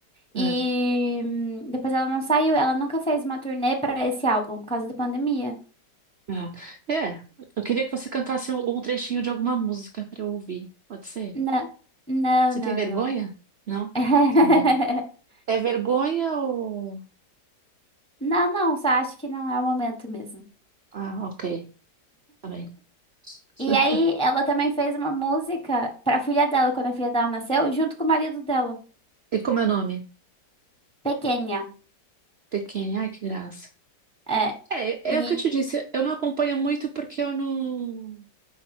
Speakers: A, on the right; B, in the centre.
A: É.
B: E hum, depois ela não saiu, ela nunca fez uma turnê pra esse álbum por causa da pandemia.
A: Ah, é, eu queria que você cantasse algum trechinho de alguma música para eu ouvir. Pode ser?
B: Não, não,
A: Você
B: não,
A: tem vergonha?
B: não.
A: Não?
B: <laughs>
A: Tá bem. É vergonha ou.
B: Não, não, só acho que não é o momento mesmo.
A: Ah, ok. Tá bem.
B: E
A: <laughs>
B: aí ela também fez uma música pra filha dela, quando a filha dela nasceu, junto com o marido dela,
A: E como é o nome?
B: pequena.
A: Pequena. Ai, que graça.
B: É,
A: É,
B: e
A: é o que eu te disse. Eu não acompanho muito porque eu não.